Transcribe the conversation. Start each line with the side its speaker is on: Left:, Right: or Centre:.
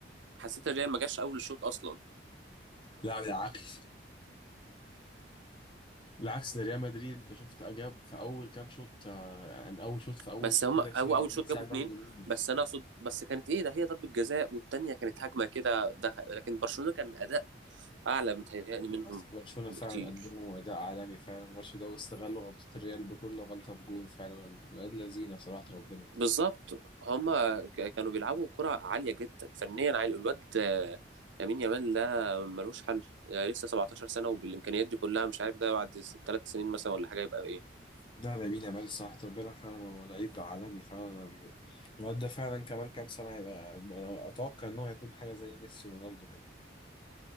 Right: حسيت الريال ما جاش اول الشوط اصلا
Left: لا بالعكس بالعكس ده ريال مدريد أنت شفت جاب في أول كام شوط آه، يعني أول شوط في أول
Right: بس هم
Left: ربع
Right: هو
Left: ساعة
Right: اول
Left: أو
Right: شوط
Left: تلت ساعة
Right: جابوا
Left: جابوا
Right: اتنين
Left: جولين
Right: بس انا اقصد بس كانت ايه ده هي ضربة جزاء والتانية كانت هجمة كده دخل لكن برشلونة كان اداء اعلى متهيألي منهم
Left: لا، برشلونة فعلا
Right: بكتير
Left: قدموا أداء عالمي فعلا الماتش ده واستغلوا غلطة الريال بكل غلطة بجون فعلا ولاد لذينة صراحة ربنا
Right: بالظبط هم ك- كانوا بيلعبوا كرة عالية جدا فنيا عالي الواد آه، لامين يامال ده ملوش حل آه، لسه 17 سنة وبالامكانيات دي كلها مش عارف ده بعد ثلاث سنين مثلا ولا حاجة يبقى ايه
Left: لا لامين يامال صراحة ربنا فعلا هو لعيب عالمي فعلا أنا- الواد ده فعلا كمان كام سنة هيبقى أنا أتوقع إن هو هيكون حاجة زي ميسي ورونالدو كده